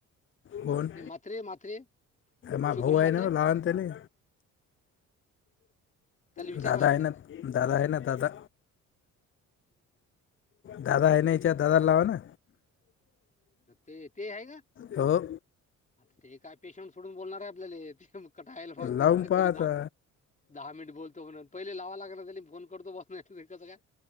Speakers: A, on the left; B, on the left.
A: बन
B: हे म्हात्रे म्हात्रे
A: मा
B: शुभम
A: भाऊ
B: म्हात्रे
A: आहे ना लहानतेनी.
B: त्याला विचारा
A: दादा
B: लागते.
A: आहे ना दादा है ना दादा. दादा आहे नाहीच्या दादाला लावा ना.
B: ते ते आहे का.
A: हो
B: आता ते काय पेशंट सोडून बोलणार आहे आपल्याला तेग कटायल मग ते
A: लावून
B: ब
A: पहा
B: काय
A: आता
B: दहा मिनट. दहा मिनिट बोलतो म्हणून पहिले लावा लागणार फोन करतो बस नाही कसं काय.